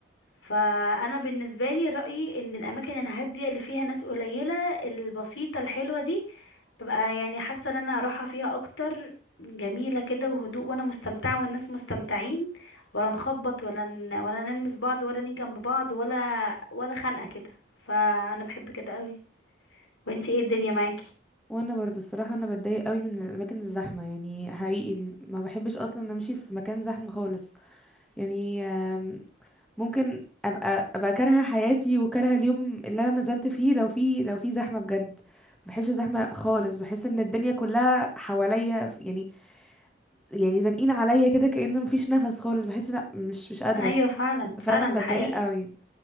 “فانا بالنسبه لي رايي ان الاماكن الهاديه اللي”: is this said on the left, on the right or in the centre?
Left